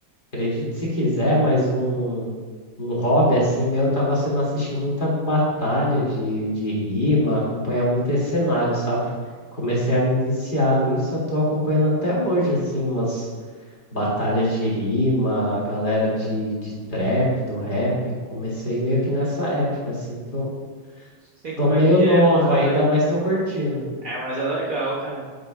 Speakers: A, on the left; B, on the right.
A: Acredite se quiser, mas um, um hobby assim meu tava sendo assistir muita batalha de, de rima, acompanhar muito esse cenário, sabe? Comecei a me viciar nisso, eu tô acompanhando até hoje, assim, umas batalhas de rima, a galera de, de trap, do rap. Comecei meio que nessa época, assim, tô,
B: Sei como
A: tô meio
B: é que
A: novo
B: é massa,
A: ainda,
B: hein?
A: mas tô curtindo.
B: É, mas é legal, cara.